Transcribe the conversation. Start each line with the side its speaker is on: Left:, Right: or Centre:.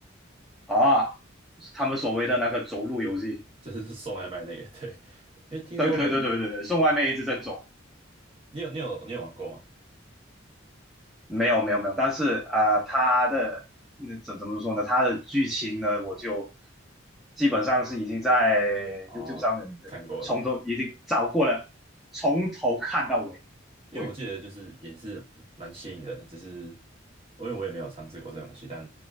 Centre: 啊，他们所谓的那个走路游戏，
Right: <laughs> 就是送外卖那个，对，<laughs> 因为听说很，
Centre: 对对对对对对，送外卖一直在走，
Right: 你有你有你有玩过吗？
Centre: 没有没有没有，但是啊，他的那怎怎么说呢？他的剧情呢，我就基本上是已经在
Right: 哦，
Centre: YouTube 上面的从头已经找过了，
Right: 看过了吗？
Centre: 从头看到尾，
Right: 因为我记得就是也是蛮吸引人的，
Centre: 对
Right: 只是因为我也没有尝试过这个东西，但